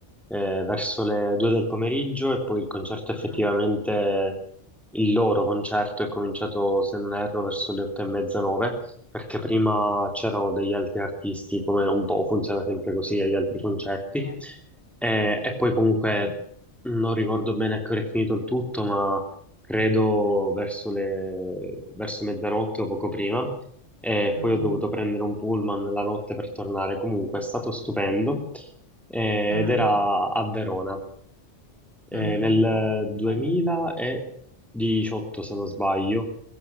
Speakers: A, in the centre; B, on the right.
A: eh, verso le due del pomeriggio e poi il concerto effettivamente,
B: Mm,
A: il loro concerto è cominciato, se non erro, verso le otto e mezza, nove, perché prima c'erano degli altri artisti, come un po' funziona sempre così agli altri concerti.
B: sì,
A: Eh,
B: sì, sì.
A: e poi comunque non ricordo bene a che ora è finito il tutto, ma credo verso le, verso mezzanotte o poco prima e
B: Mm,
A: poi ho dovuto prendere un pullman la notte per tornare. Comunque è stato stupendo eh,
B: mm,
A: ed era a Verona eh,
B: mm,
A: nel
B: molto
A: 2018
B: bello.
A: se non sbaglio.